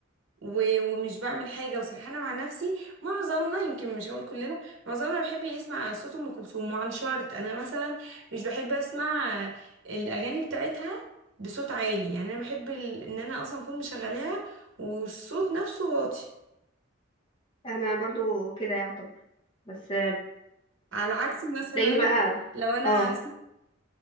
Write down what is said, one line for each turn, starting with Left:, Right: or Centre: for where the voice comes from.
Right: و- ومش بعمل حاجه وسرحانه مع نفسي معظمنا يمكن مش هقول كلنا معظمنا بيحب يسمع صوت ام كلثوم وعن شرط انا مثلا مش بحب اسمع الاغاني بتاعتها بصوت عالي يعني انا بحب ال- ان انا اصلا اكون مشغلاها والصوت نفسه واطي
Left: انا برضو كده يعتبر بس
Right: على عكس مثلا
Left: تلاقيني بقى
Right: لو انا
Left: اه